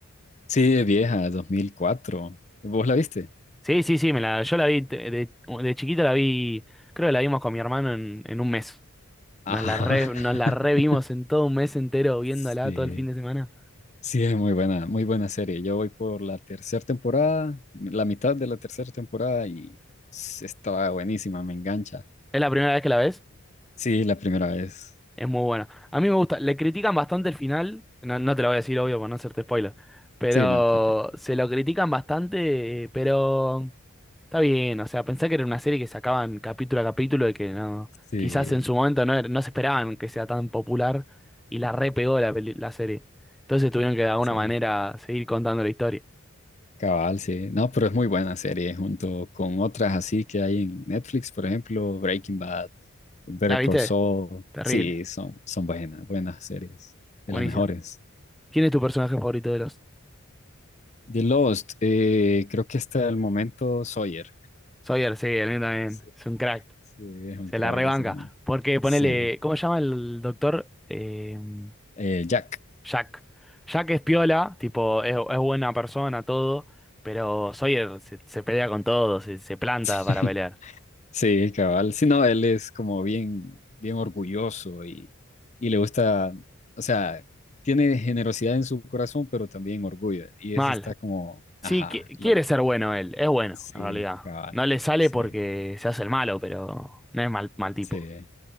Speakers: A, on the left; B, in the centre.
A: Sí, es vieja, 2004. ¿Vos la viste?
B: Sí, sí, sí, me la, yo la vi te- de, de chiquito la vi, creo que la vimos con mi hermano en, en un mes.
A: Ajá.
B: Nos la re,
A: <laughs>
B: nos la revimos en todo un mes entero viéndola
A: Sí,
B: todo el fin de semana.
A: sí, es muy buena, muy buena serie. Yo voy por la tercera temporada, la mitad de la tercera temporada y s- estaba buenísima, me engancha.
B: ¿Es la primera vez que la ves?
A: Sí, la primera vez.
B: Es muy buena. A mí me gusta, le critican bastante el final, no, no te lo voy a decir obvio por no hacerte spoiler, pero
A: Sí, no, tranquilo.
B: se lo critican bastante, pero... Está bien, o sea, pensá que era una serie que sacaban capítulo a capítulo y que no,
A: Sí,
B: quizás en su momento no, era- no se esperaban que sea tan popular y la repegó la, peli- la serie. Entonces tuvieron que de alguna
A: sí.
B: manera seguir contando la historia.
A: Cabal, sí. No, pero es muy buena serie junto con otras así que hay en Netflix, por ejemplo, Breaking Bad, Better
B: ¿La viste?
A: Call Saul.
B: Terrible,
A: Sí, son, son buenas, buenas series,
B: buenísimo.
A: de las mejores.
B: ¿Quién es tu personaje favorito de los?
A: The Lost, eh, creo que hasta el momento Sawyer.
B: Sawyer, sí, el mío también.
A: Sí,
B: Es un crack,
A: sí, es un
B: se
A: crack
B: la rebanca.
A: ese man.
B: Porque
A: Sí,
B: ponele, ¿cómo se llama el doctor? Em,
A: eh, Jack.
B: Jack. Jack es piola, tipo, es, es buena persona, todo, pero Sawyer se, se pelea con todo, se, se planta
A: <laughs>
B: para pelear.
A: Sí, cabal. Sí, no, él es como bien, bien orgulloso y, y le gusta, o sea, tiene generosidad en su corazón, pero también orgullo. Y
B: Mal.
A: eso está como,
B: Sí,
A: ajá,
B: qui-
A: lo,
B: quiere ser bueno él, es bueno,
A: sí,
B: en realidad.
A: cabal.
B: No le sale
A: Sí,
B: porque se hace el malo, pero no es mal, mal tipo.
A: sí,